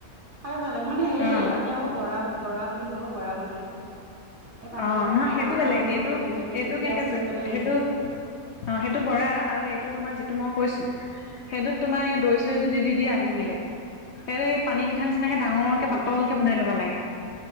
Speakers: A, on the right (about 35°); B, on the left (about 60°).
A: খাইছো ভাল লাগে মানে, সেই
B: অ
A: ই আমি আকৌ বৰা, বৰা বুলি কওঁ বৰা বনাই। এই ভাতৰ
B: অ,
A: লগত
B: নহয়
A: খাওঁ
B: সেইটো
A: আদা
B: বেলেগ,
A: নহৰু
B: এইটো-
A: এনেকে দি
B: এইটো
A: পিয়াজ
B: ক্ষেত্ৰত
A: দি পেলাই
B: সেইটো,
A: গুটি
B: অ, সেইটো বৰা আৰু এইটো তোমাৰ যিটো মই কৈছো। সেইটোত তোমাৰ এই দৈ -চৈ যদি দি দিয়া
A: উম
B: থাকিলে
A: উম
B: সেইটো পানী পি ঠা নিচিনাকে ডাঙৰ
A: উম
B: কে পাতল কে বনাই ল'ব লাগে।